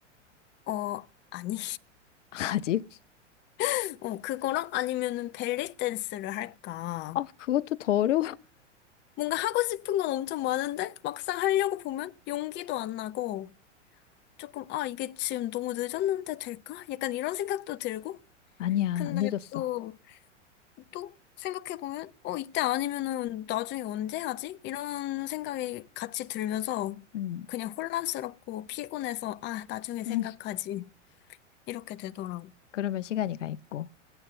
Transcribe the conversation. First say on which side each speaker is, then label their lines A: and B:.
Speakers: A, on the left; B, on the left.
A: 어, 아니.
B: <laughs> 아직?
A: <laughs> 어, 그거랑 아니면은 벨리 댄스를 할까.
B: 아, 그것도 더 어려워. <laughs>
A: 뭔가 하고 싶은 건 엄청 많은데 막상 하려고 보면 용기도 안 나고 조금 아, 이게 지금 너무 늦었는데 될까? 약간 이런 생각도 들고.
B: 아니야,
A: 근데
B: 안 늦었어.
A: 또, 또 생각해보면 어, 이때 아니면은 나중에 언제 하지? 이런 생각이 같이 들면서
B: 음,
A: 그냥 혼란스럽고 피곤해서 아, 나중에 생각하지.
B: 음.
A: 이렇게 되더라고.
B: 그러면 시간이 가 있고.